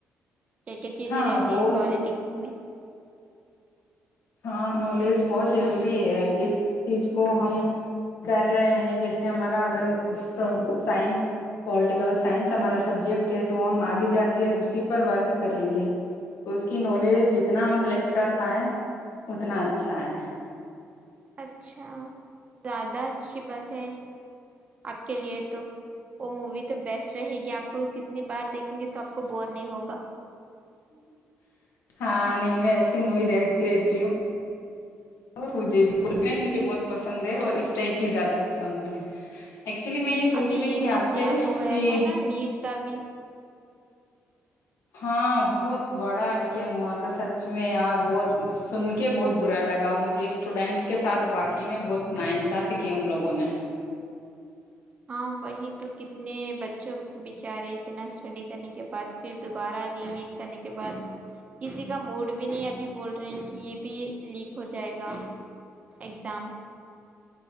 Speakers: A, on the right; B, on the left.
A: کیا کیا چیزیں
B: ہاں
A: رہتی
B: وہ
A: ہیں پالیٹکس میں
B: ہاں نالج بہت ضروری ہے جس چیز کو ہم کر رہے ہیں جیسے ہمارا اگر سائنس پولیٹیکل سائنس ہمارا سبجیکٹ ہے تو ہم آگے جا کے اسی پر ورک کریں گے اس کی نالج جتنا ہم کلیکٹ کر پائیں اتنا اچھا ہے
A: اچھا زیادہ اچھی بات ہے آپ کے لیے تو وہ مووی تو بیسٹ رہے گی آپ کو اس کی انی باہر دیکیں گے تو آپ کو بور نہیں ہوگا
B: ہاں نہیں میں ایسی موی دیکتی رہتی ہوں اور مجھے کنا ہی مجھے بہت پسند ہے اور اس ٹائپ ہی زیادہ پسند ہے ایکچولی میں یہ پوچھ
A: ابھی
B: رہی
A: یہ
B: تھی آپ
A: بھی اسکیم
B: سے
A: ہو گیا
B: کہ
A: تھا نا نیٹ کا بھی
B: ہاں بہت بڑا اسکیم ہوا تھا سچ سچ میں ار بہت سن کے بہت برا لگا مجھے اسٹوڈینٹس کے ساتھ باقی میں بہت نا انصافی کی ان لوگوں نے
A: ہاں وہی تو کتنے بچوں بچارے اتنا اسٹڈی کرنے کے بعد پھر دوبارہ ری ریڈ کرنے کے بعد کسی کا موڈ بھی نہیں ابھی بول رہے ہیں کہ یہ بھی لیک ہو جائے گا ایگزام